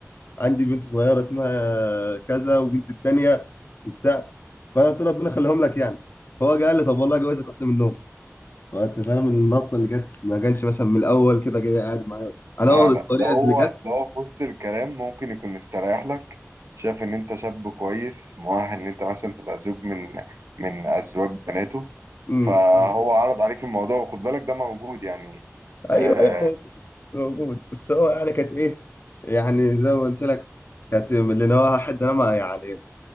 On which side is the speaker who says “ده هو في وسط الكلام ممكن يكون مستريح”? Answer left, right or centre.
Right